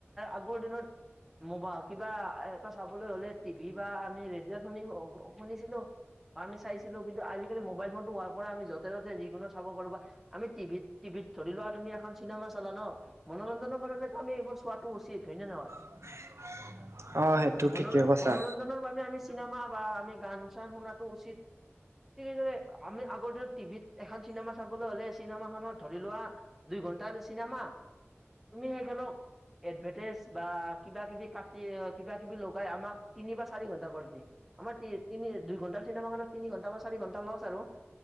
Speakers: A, in the centre; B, on the right.
A: আগৰ দিনত মোবাইল কিবা এটা চাবলৈ হ'লে টিভি বা আমি ৰেডিঅ'ত শুনি-শুনিছিলোঁ। আমি চাইছিলোঁ কিন্তু আজি মোবাইল ফোনটো হোৱাৰ পৰা আমি যতে ততে যিকোনো চাব পাৰোঁ বা আমি টিভিত টিভিত ধৰি লোৱা তুমি এখন চিনেমা চালা ন, মনোৰঞ্জনৰ বাবে আমি এইবোৰ চোৱাটো উচিত। হয় নে নহয়?
B: <unintelligible> অ সেইটো
A: মনো
B: ঠিকে কৈছা
A: মনোৰঞ্জনৰ বাবে আমি চিনেমা চিনেমা বা আমি গান চান শুনাটো উচিত, ঠিক সেইদৰে আমি আগৰ দিনত টিভিত এখন চিনেমা চাবলৈ হ'লে, চিনেমাখনত ধৰি লোৱা দুই ঘন্টাৰ চিনেমা। তুমি সেইখানক এডভাৰটাইজ বা কিবা-কিবি কাটি, কিবা কিবি লগাই আমাক তিনি বা চাৰি ঘন্টা কৰি দিয়ে। আমাৰ তি তিনি দুই ঘণ্টাৰ চিনেমাখনত তিনি ঘন্টা বা চা চাৰি ঘণ্টা লছ আৰু।